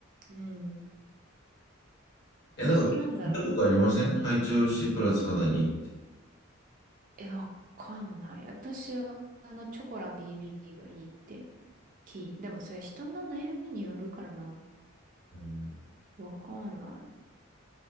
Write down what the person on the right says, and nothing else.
うん。
私なんだろう。
え、わかんない。私はあのチョコラ BB がいいって聞いでもそれ人の悩みによるからな。
わかんない。